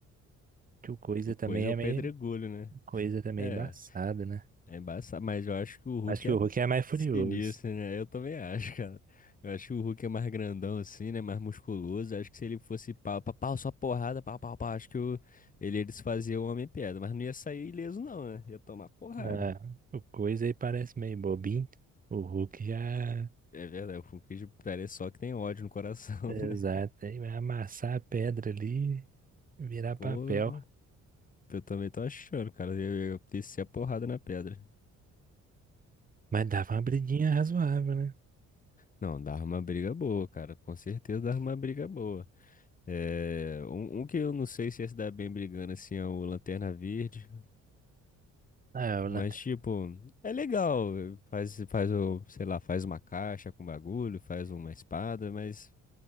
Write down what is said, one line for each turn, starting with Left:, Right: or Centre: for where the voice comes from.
Right: que o Coisa
Left: O
Right: também
Left: Coisa é
Right: é
Left: o pedregulho,
Right: meio.
Left: né?
Right: Coisa também
Left: É.
Right: é né?
Left: É embaçado, mas eu acho que o Hulk
Right: Acho que
Left: é
Right: o Hulk é mais furioso.
Left: sinistro, né? Eu também acho, cara. Eu acho que o Hulk é mais grandão assim, né? Mais musculoso. Acho que se ele fosse pau, pau, pau, só porrada, pau, pau, pau. Acho que o... ele ia desfazer o Homem-Pedra. Mas não ia sair ileso, não, né? Ia tomar porrada.
Right: É, o coisa aí parece meio bobinho. O Hulk já.
Left: É verdade, o Hulk parece só que tem ódio no coração,
Right: Exato,
Left: <laughs> né?
Right: aí vai amassar a pedra ali, e virar
Left: Pô,
Right: papel.
Left: eu também tô achando, cara. Eu ia descer a porrada na pedra.
Right: Mas dava uma briguinha razoável, né?
Left: Não, dava uma briga boa, cara. Com certeza dava uma briga boa. É, um, um que eu não sei se ia se dar bem brigando assim é o Lanterna Verde,
Right: Ah, é, o
Left: mas
Right: Lanterna.
Left: tipo, é legal, faz, faz o, sei lá, faz uma caixa com bagulho, faz uma espada, mas,